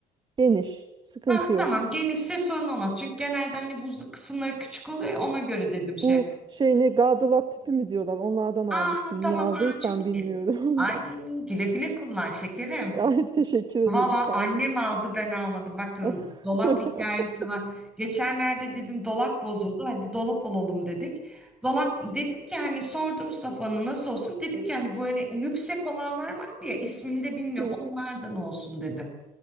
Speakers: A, on the right; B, in the centre.
A: Geniş. Sıkıntı
B: Ha,
A: yok.
B: tamam genişse sorun olmaz. Çünkü genelde hani buzluk kısımları küçük oluyor ya, ona göre dedim şey.
A: Bu şey ne gardırop tipi mi diyorlar? Onlardan
B: Aa
A: almıştım. Niye
B: tamam
A: aldıysam
B: aa çok
A: bilmiyorum.
B: iyi. Ay güle güle kullan şekerim.
A: <laughs> Ay, teşekkür ederim.
B: Valla
A: Sağ
B: annem
A: olasın.
B: aldı ben almadım. Bak
A: <laughs>
B: dolap hikayesi var. Geçenlerde dedim dolap bozuldu. Hadi dolap alalım dedik. Dolap dedim ki hani sordu Mustafa'nın nasıl olsun? Dedim ki hani böyle yüksek olanlar var ya ismini de bilmiyorum
A: Hı hı.
B: onlardan olsun dedim.